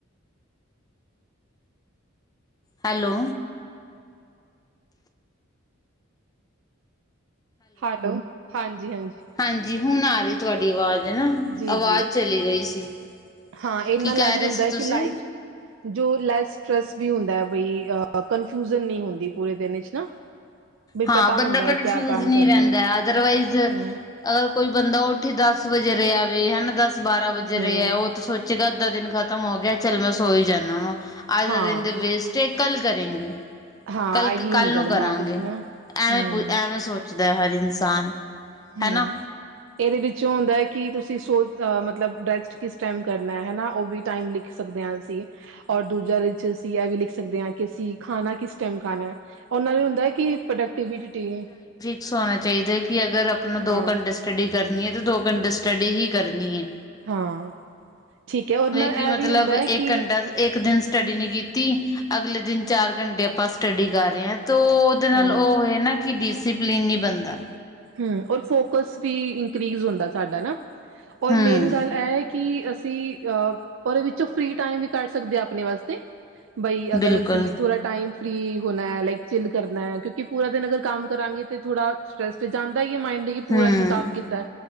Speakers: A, on the left (about 20°); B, on the right (about 65°).
A: ਹੈਲੋ,
B: ਹੈਲੋ ਹਾਂਜੀ ਹਾਂਜੀ,
A: ਹਾਂਜੀ ਹੁਣ ਆ ਰਹੀ ਤੁਹਾਡੀ ਆਵਾਜ਼ ਨਾ
B: ਜੀ
A: ਆਵਾਜ਼
B: ਜੀ
A: ਚਲੀ ਗਈ ਸੀ
B: ਹਾਂ ਇਹ
A: ਕੀ
B: ਨਾਲ
A: ਕਹਿ
B: ਆ ਵੀ
A: ਰਹੇ
B: ਹੁੰਦਾ
A: ਸੀ ਤੁਸੀਂ
B: ਕਿ ਲਾਈਫ ਜੋ ਲੈਸ ਸਤਰੇਸ ਵੀ ਹੁੰਦਾ ਬ ਕਨਫਿਊਜਨ ਨਹੀਂ ਹੁੰਦੀ ਪੂਰੇ ਦਿਨ ਵਿੱਚ ਨਾ ਬਈ
A: ਹਾਂ
B: ਪਤਾ
A: ਬੰਦਾ
B: ਹੁੰਦਾ ਹੈ
A: ਕਨਫਿਊਜ
B: ਕਿਆ ਕੰਮ
A: ਨਹੀਂ
B: ਕਰਨਾ
A: ਰਹਿੰਦਾ
B: ਹੈ।
A: ਅਦਰਵਾਈਜ਼
B: ਹਮ
A: ਅਗਰ ਕੋਈ ਬੰਦਾ ਉੱਠ ਹੀ ਦਸ ਵਜੇ ਰਿਹਾ ਵੇ ਹਨਾ ਦਸ ਬਾਰਾਂ ਵਜੇ
B: ਹਮ
A: ਰਿਹਾ ਉਹ ਸੋਚੇਗਾ ਅੱਧਾ ਦਿਨ ਖ਼ਤਮ ਹੋ ਗਿਆ ਚੱਲ ਮੈਂ ਸੋਈ ਜਾਂਦਾ ਵਾ ਅੱਜ
B: ਹਾਂ
A: ਦਾ ਦਿਨ ਤੇ ਵੇਸਟ ਤੇ ਕੱਲ ਕਰੇਗੇ
B: ਹਾਂ
A: ਕੱਲ
B: ਇਹੀ
A: ਕੱਲ
B: ਹੁੰਦਾ
A: ਨੂੰ
B: ਦਿਮਾਗ
A: ਕਰਾਂਗੇ
B: ਚ ਨਾ
A: ਐਵੇਂ
B: ਹਮ
A: ਪੁ ਐਵੇਂ ਸੋਚਦਾ ਹਰ ਇਨਸਾਨ
B: ਹੂੰ,
A: ਹੈਨਾ
B: ਇਹਦੇ ਵਿੱਚੋਂ ਹੁੰਦਾ ਹੈ ਕਿ ਤੁਸੀਂ ਸੋ ਅ ਮਤਲਬ ਬ੍ਰੈਸਟ ਕਿਸ ਟਾਈਮ ਕਰਨਾ ਹਨਾ ਉਹ ਵੀ ਟਾਈਮਲੀ ਦੇਖ ਸਕਦੇ ਹਾਂ ਅਸੀ ਔਰ ਦੂਜਾ ਅਸੀਂ ਇਹ ਵੀ ਲਿਖ ਸਕਦੇ ਆ ਕਿ ਅਸੀਂ ਖਾਣਾ ਕਿਸ ਟਾਈਮ ਖਾਣਾ। ਉਹਨਾਂ ਇਹ ਹੁੰਦਾ ਹੈ ਕਿ ਪ੍ਰੋਡਕਟੀਵਿਟੀਟੀ।
A: ਸੋਣਾ ਚਾਹੀਦਾ ਕਿ ਅਗਰ ਆਪਣਾ ਦੋ
B: ਹਾਂ
A: ਘੰਟੇ ਸਟੱਡੀ ਕਰਨੀ ਐ ਤਾਂ ਦੋ ਘੰਟੇ ਸਟੱਡੀ ਹੀ ਕਰਨੀ ਐ।
B: ਹਾਂ ਠੀਕ ਐ, ਉਹਦੇ ਨਾਲ ਇਹ
A: ਕਿ ਮਤਲਬ
B: ਵੀ ਹੁੰਦਾ
A: ਇੱਕ
B: ਕੀ,
A: ਘੰਟਾ ਇੱਕ ਦਿਨ ਸਟੱਡੀ ਨੀ ਕੀਤੀ ਅਗਲੇ ਦਿਨ ਚਾਰ ਘੰਟੇ ਆਪਾਂ ਸਟੱਡੀ ਕਰ ਰਹੇ ਆ ਤੋਂ। ਉਹਦੇ ਨਾਲ
B: ਹਾਂ
A: ਉਹ ਨਾ ਕਿ ਡਿਸਿਪਲਿਨ ਨੀ ਬਣਦਾ।
B: ਹੂੰ, ਔਰ ਫੋਕਸ ਵੀ ਇੰਕਰੀਜ਼ ਹੁੰਦਾ ਸਾਡਾ। ਔਰ
A: ਹਮ
B: ਮੇਨ ਗੱਲ ਇਹ ਆ ਕਿ ਅਸੀਂ ਅਹ ਓਦੇ ਵਿੱਚੋਂ ਫਰੀ ਟਾਈਮ ਵੀ ਕੱਢ ਸਕਦੇ ਹਾਂ ਆਪਣੇ ਵਾਸਤੇ ਬਈ ਅਗਰ
A: ਬਿਲਕੁਲ
B: ਅਸੀਂ ਥੋੜ੍ਹਾ ਟਾਈਮ ਫ੍ਰਰੀ ਹੋਣਾ ਲਾਈਕ ਚਿੱਲ ਕਰਨਾ ਕਿਉਂਕਿ ਪੂਰਾ ਦਿਨ ਅਗਰ ਕੰਮ ਕਰਾਂਗੇ ਤੇ ਥੋੜਾ ਸਟ੍ਰੈਸ। ਤੇ ਜਾਂਦਾ ਈ ਐ ਮਾਇਂਡ ਕਿ ਪੂਰਾ
A: ਹਮ
B: ਦਿਨ ਕੰਮ ਕੀਤਾ।